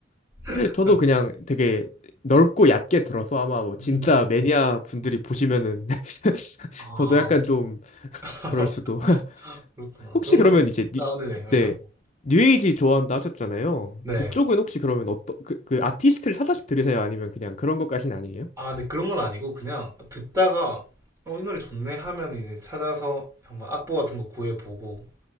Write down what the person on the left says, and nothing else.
저도 그냥 되게 넓고 얕게 들어서 아마 뭐
진짜 매니아 분들이 보시면은 <laughs>
저도 약간 좀
그럴 수도. <laughs>
혹시
그러면 이제 뉴,
네. 뉴에이지 좋아한다 하셨잖아요.
그쪽은 혹시 그러면 어떤 그, 그 아티스트를 찾아서 들으세요? 아니면 그냥 그런 것까지는 아니에요?